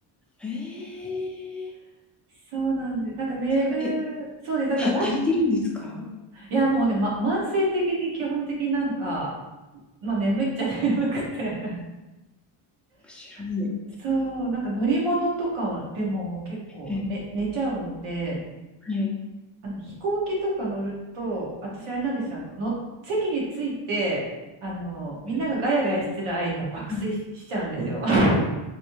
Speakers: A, in the centre; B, on the right.
A: へえ。
B: そうなんで、なんか寝る、
A: あ、え、
B: そうです。だからバス
A: た足りてるんですか？
B: いや、もうね、ま、慢性的に基本的になんか、まあ眠いっちゃ <laughs> 眠くて
A: 面白い。
B: <laughs> そう、なんか乗り物とかでも結構、
A: はい、
B: ね、寝ちゃうので、
A: はい、
B: あの飛行機とか乗ると、私あれなんですよ、あの、の席について、あの、みんながガヤガヤしてる間、
A: はい。
B: 爆睡しちゃうんですよ。
A: うん。
B: <laughs>